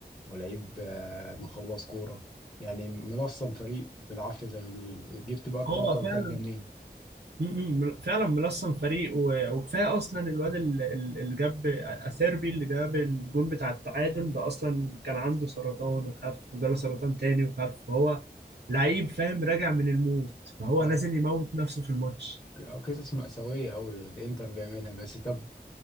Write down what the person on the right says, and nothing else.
هو فعلا
م- م- فعلا ملصم فريق و- وكفايه اصلا الواد ال- ال- اللي جاب اثيربي اللي جاب الجون بتاع التعادل ده اصلا كان عنده سرطان وخف وجاله سرطان تاني وخف فهو لعيب فاهم راجع من الموت فهو
نازل يموت نفسه في الماتش